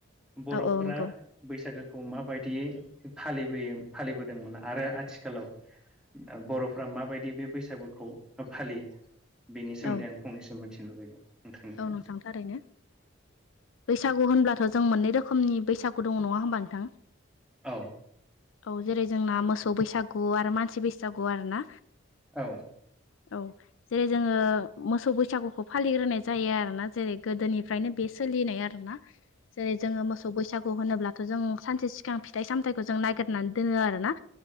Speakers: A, in the centre; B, on the left (about 70°).
A: बर'फोरा
B: औ औ नंगौ
A: बैसागोखौ माबायदियै फालिबोयो फालिबोदोंमोन आरो आथिखालाव बर'फ्रा माबायदि बे बैसागुखौ फालियो बेनि सोमोन्दै
B: औ
A: आं फंनैसो मोनथिनो लुबैदों नोंथांनिफ्राय
B: औ नोंथां थारैनो बैसागु होनब्लाथ' जों मोननै रोखोम नि बैसागु दङ नङा होमबा नोंथां
A: औ
B: औ जेरै जोंना मोसौ बैसागु आरो मानसि बैसागु आरो ना
A: औ
B: औ जेरै जोङो मोसौ बैसागुखौ फालिग्रोनाय जायो आरोना जेरै गोदोनिफ्रायनो बे सोलिनाय आरोना जेरै जोङो मोसौ बैसागु खौ होनोब्लाथ' जों सानसे सिगां फिथाइ सामथाइखौ जों नागिरनानै दोनो आरो ना।